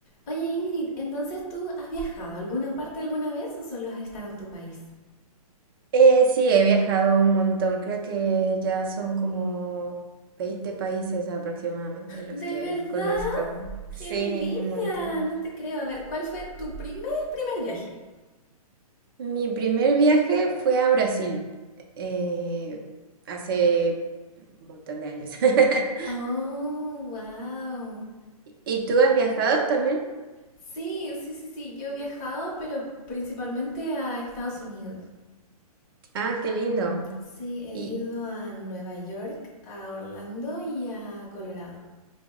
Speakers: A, on the left; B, on the right.
A: Oye Ingrid, entonces tú has viajado a alguna parte alguna vez o solo has estado en tu país?
B: Eh, sí, he viajado un montón. Creo que ya son como 20 países aproximadamente los
A: ¿De
B: que
A: verdad?
B: conozco. Sí,
A: ¡Qué envidia!
B: un montón.
A: No te creo. A ver, ¿cuál fue tu primer, primer viaje?
B: Mi primer viaje fue a Brasil, eh, hace un montón de años. <laughs>
A: Oh, wow.
B: ¿Y tú has viajado también?
A: Sí, sí, sí, sí. Yo he viajado, pero principalmente a Estados Unidos.
B: Ah, qué lindo.
A: Sí, he
B: Y
A: ido a Nueva York, a Orlando y a Colorado.